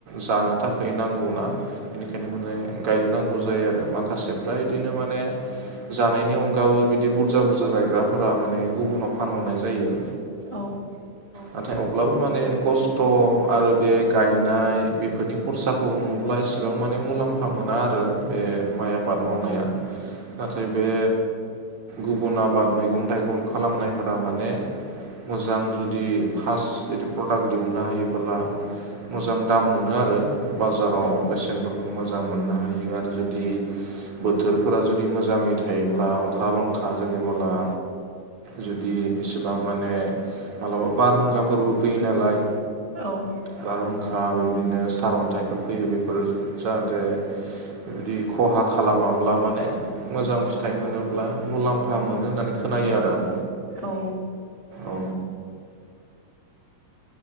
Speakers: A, on the right (about 55°); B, on the left (about 20°).
A: जानो थाखाय नांगौना बेनिखायनो माने गायनो नांगौ जायो आरो माखासेफ्रा इदिनो माने जानायनि अनगाबो बिदि बुरजा बुरजा गायग्राफोरा माने गुबुनाव फानहरनाय जायो।
B: औ
A: नाथाय अब्लाबो माने खस्थ' आरो बे गायनाय बेफोरनि खरसाखौ हमोब्ला एसेबां माने मुलाम्फा मोना आरो। बे माइ आबाद मावनाया नाथाय बे गुबुन आबाद मैगं थाइगं खालामनायफोरा माने मोजां जुदि फार्स्ट बिदि प्रडाक्ट दिहुननो हायोबोला मोजां दाम मोनो आरो बाजाराव
B: ओं
A: बेसेनफोरखौ मोजां मोननो हायो आरो जुदि बोथोरफोरा जुदि मोजाङै थायोब्ला अखा बांखा जेनेबोला जुदि इसेबां माने मालाबा बारहुंखाफोरबो फैयो नालाय
B: औ
A: बारहुंखा बिदिनो सारन्थाइफोर फैयो बेफोर जाहाथे बेबायदि खहा खालामाब्ला माने मोजां फिथाइ मोनोब्ला मुलाम्फा मोनो होननानै खोनायो आरो आं
B: औ
A: औ